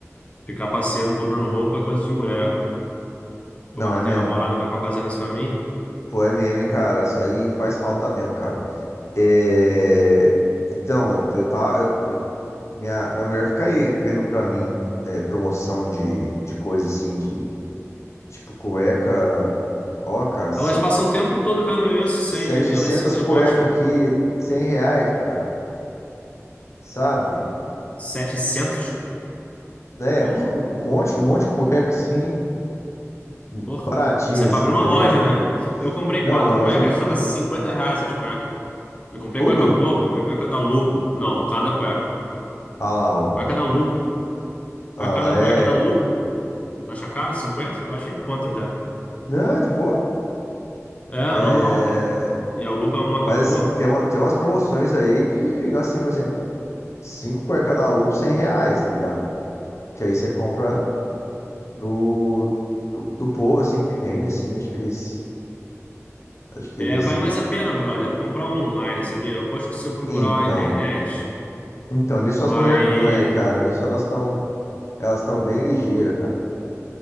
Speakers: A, on the left; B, on the left.
A: Ficar passeando, comprando roupa é coisa de mulher.
B: Não,
A: Como eu
B: é
A: não
B: mesmo.
A: tenho namorada pra ficar fazendo isso pra mim,
B: Pô, é mesmo, hein, cara. Isso aí faz falta mesmo, cara. É, Então, eu tá, eu- minha, minha mulher fica aí vendo pra mim é, promoção de, de coisa assim, de tipo cueca. Ó, cara, R$
A: Elas passam o tempo todo vendo isso,
B: 700
A: sem, e elas se, eu
B: cueca
A: gostam.
B: aqui, 100 reais, cara, sabe?
A: 700,
B: Né?
A: como?
B: Tipo, um monte, um monte de cueca assim, <laughs>
A: Porra.
B: baratinho
A: Isso é
B: assim,
A: pra abrir uma
B: tá
A: loja,
B: ligado?
A: né? Eu comprei
B: Não,
A: quatro
B: mas
A: cuecas,
B: mais ou menos
A: estava 50
B: isso.
A: reais as cuecas. Eu comprei
B: Tudo?
A: cueca boa, comprei cueca da Lupo. Não, cada cueca.
B: Ah lá, ó.
A: Cueca da Lupo.
B: Ah
A: Cueca, cada
B: lá, é.
A: cueca da Lupo. Acha caro? 50? Eu achei em conta até.
B: Não, é de boa.
A: É,
B: É.
A: normal. E a Lupo é uma marca
B: Mas
A: boa.
B: assim, tem, uma, tem umas promoções aí que, assim, por exemplo, 5 cueca da Lupo, 100 reais, tá ligado? Que aí você compra do, do, do povo, assim, que vende, assim, acho que eles. Acho que
A: É,
B: eles.
A: vale mais a pena, brother, comprar online, sabia? Eu aposto que se eu procurar
B: Então.
A: na internet,
B: Então, nisso as
A: vai.
B: mulheres ganham, cara. Nisso elas estão elas estão bem ligeiras, cara.